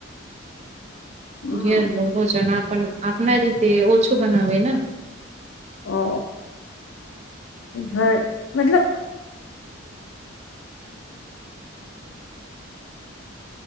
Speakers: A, on the left; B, on the right.
A: હમ
B: ઘેર નું. ભોજન આપ આપના રીતે ઓછું બનાવે ને
A: ઓ ઘર મતલબ